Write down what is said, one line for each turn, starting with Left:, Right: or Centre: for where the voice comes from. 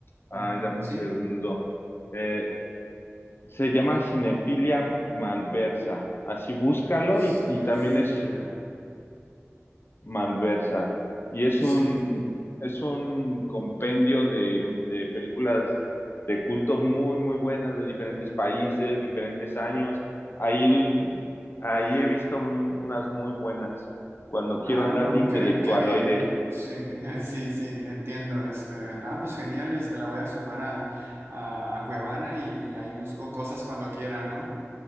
Left: ay,
Right: Mm,
Left: dame
Right: sí,
Left: un segundo, Eh, se llama Cinefilia Malversa. Así búscalo y,
Right: cinefilia.
Left: y también es, Malversa. Y es
Right: Sí.
Left: un, es un compendio de, de películas de culto muy, muy buenas de diferentes países, diferentes años. Ahí, ahí he visto un- unas muy buenas cuando quiero
Right: Ah,
Left: andar
Right: no,
Left: de intelectualoide.
Right: qué, qué bien. Sí, <laughs> sí, sí, entiendo. Este, ah, pues genial, este, la voy a sumar a, a, a Cuevana y ahí busco cosas cuando quiera, ¿no?